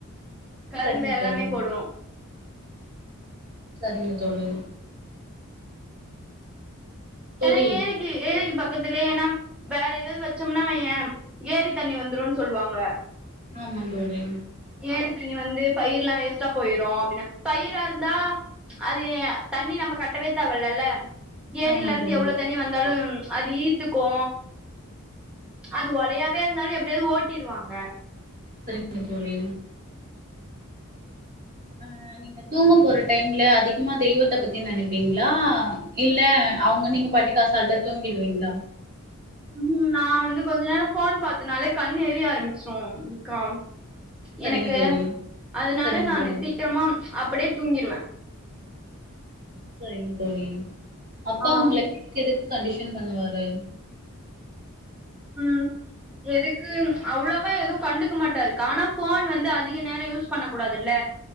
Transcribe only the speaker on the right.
சரிங்க
தோழி
சரிங்க தோழி தோழி
ஆமாம் தோழி
ஆமா தோழி
சரிங்க தோழி ஆ நீங் தூங்க போற டைம்ல அதிகமா தெய்வத்த பத்தி நெனைப்பீங்களா இல்ல அவுங்க நீங்க பாட்டுக் அசால்டா தூங்கிடுவீங்ளா
சரிங்க
தோழி
சரிங்க
தோழி
சரிங்க தோழி அப்பா
உங்கள எதுக்கு கண்டிஷன் பண்ணுவாரு